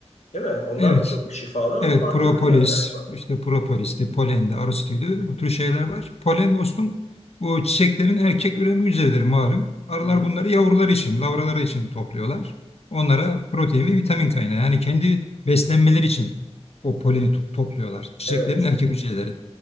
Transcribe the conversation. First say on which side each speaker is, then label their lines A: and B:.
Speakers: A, on the left (about 80°); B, on the left (about 65°).
A: Değil mi? Onlar
B: Evet.
A: da çok şifalı ama
B: Evet,
A: farklı
B: propolis,
A: ürünler galiba.
B: işte propolis'ti, polendi, arostuydu. Bu tür şeyler var. Polen dostum bu çiçeklerin erkek üreme hücreleridir malum. Arılar
A: Hı hı.
B: bunları yavruları için, lavraları için topluyorlar. Onlara protein ve vitamin kaynağı. Yani kendi beslenmeleri için o poleni to- topluyorlar. Çiçeklerin
A: Evet,
B: erkek hücreleri.